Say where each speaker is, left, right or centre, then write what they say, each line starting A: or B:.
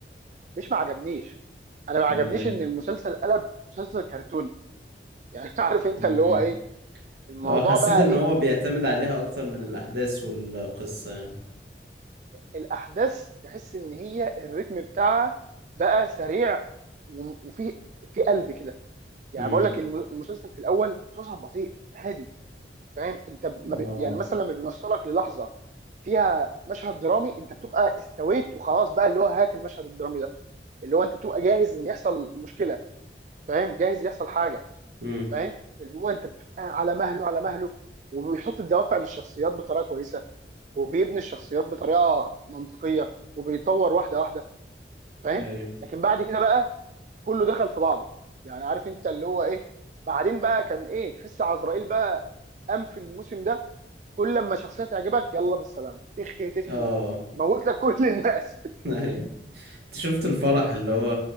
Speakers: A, on the right; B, on the right.
A: مش ما عجبنيش انا ما عجبنيش
B: امال ايه
A: ان المسلسل قلب مسلسل كرتوني يعني <laughs> عارف انت
B: امم
A: اللي هو ايه الموضوع
B: اه حسيت
A: بقى
B: ان
A: ايه
B: هو بيعتمد عليها اكتر من الاحداث والقصة يعني
A: الاحداث تحس ان هي الريتم بتاعها بقى سريع و- وفي في قلب كده يعني
B: امم
A: بقول لك الم- المسلسل في الاول مسلسل بطيء هادي فاهم انت ما
B: اه
A: بي- يعني مثلا لما بيوصلك للحظه فيها مشهد درامي انت بتبقى استويت وخلاص بقى اللي هو هات المشهد الدرامي ده اللي هو انت تبقى جاهز ان يحصل مشكله فاهم جاهز يحصل حاجه
B: امم
A: فاهم اللي هو انت بتبقى على مهله على مهله وبيحط الدوافع للشخصيات بطريقه كويسه وبيبني الشخصيات بطريقه منطقيه وبيطور واحده واحده فاهم
B: ايوه
A: لكن بعد كده بقى كله دخل في بعضه يعني عارف انت اللي هو ايه بعدين بقى كان ايه تحس عزرائيل بقى قام في الموسم ده كل لما شخصيه تعجبك يلا بالسلام تخي تخي
B: اه
A: موت لك كل الناس
B: <laughs> ايوه انت شفت الفرح اللي هو